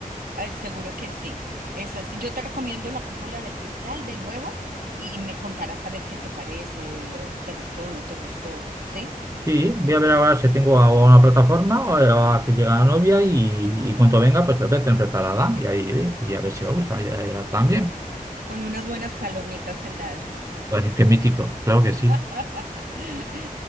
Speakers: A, on the right; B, on the right.
A: Ay, seguro que sí. Es así. Yo te recomiendo La Cúpula de Cristal de nuevo y me contarás a ver qué te parece, o te gustó o no te gustó, ¿sí?
B: Sí, voy a ver ahora si tengo a una plataforma o a que llega la novia y, y cuando venga, pues la voy a tener preparada y ahí ve, y a ver si le gusta ya- ya también.
A: Con unas buenas palomitas al lado.
B: Pues, qué mítico, claro que
A: <laughs>
B: sí.